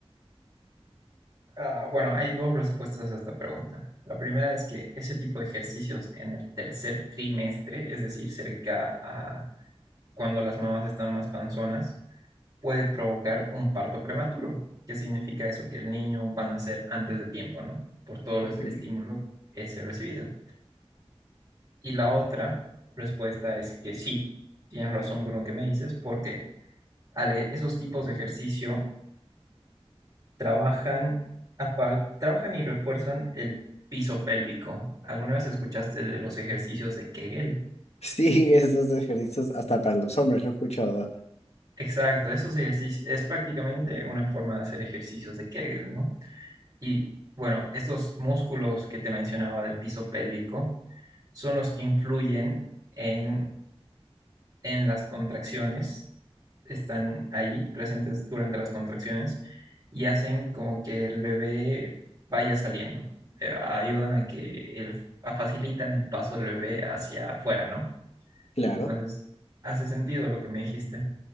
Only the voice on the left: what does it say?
Ok.
Sí, <laughs> esos ejercicios hasta para los hombres lo he escuchado. ah.
Claro.